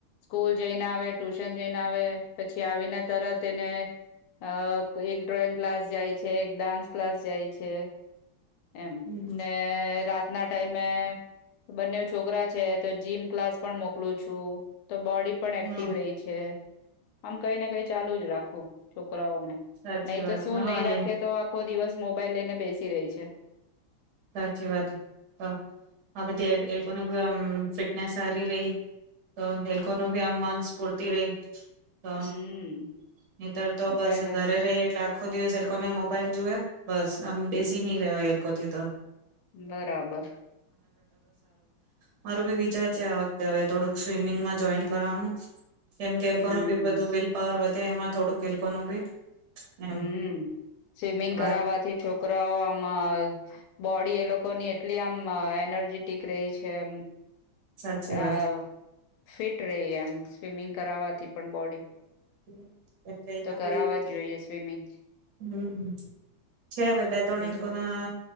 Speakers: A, on the left; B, on the right.
A: સ્કૂલ જઈને આવે ટ્યુશન જઈને આવે પછી આવીને તરત એને અ એક ડ્રોઈંગ ક્લાસ જાય છે એક ડાન્સ ક્લાસ જાય છે એમ
B: હમ
A: ને રાતના ટાઈમ બંને છોકરા છે તો જીમ ક્લાસ પણ મોકલું છું તો બોડી પણ એક્ટિવ
B: હા
A: રહી છે આમ કઈ ને કઈ ચાલુ જ રાખો છોક
B: સાચી
A: નહી તો
B: વાત
A: શું
B: હા
A: નહી રાખે
B: એ
A: તો આખો દિવસ મોબાઈલ લઈને બેસી રહી છે
B: સાચી વાત તો આ બધીી આમ ફિટનેસ સારી રહી તો એ ન ભી આમ મન સ્ફૂર્તિ રહી તો
A: હમ
B: નીિતળ તો બસ
A: કઈને
B: ઘરે રહી એટલે આખો દિવસ એ લોકોને મોબાઈલ જુવે બસ આમ બેસી નહી રવાય એ લોકોકોથી તો
A: બરાબર
B: માર બી વિચાર છે આ વખતે હવે થોડું સ્વિમિંગ જો કરવાનું કેમ કે
A: હમ
B: કોનું બી બધું વિલ પાવર તે એમાં થોડું એ લોકોનું બી એમ
A: હમ સ્વિમિંગ
B: વાત
A: કરાવવાથી છોકરાઓ આમ બોડી એ લોકોની એટલી આમ એનર્જેટિક રહે છે એમ
B: સાચી વાત
A: આ આ ફિટ રહી એમ સ્વિમિંગ કરાવવાથી પણ બોડી
B: <unintelligible> એના
A: તો કરાવવા
B: ભી
A: જ જોઈએ સ્વિમિંગ
B: હમ છે હવે બે ત્રણ
A: બીજું
B: એ લોકોના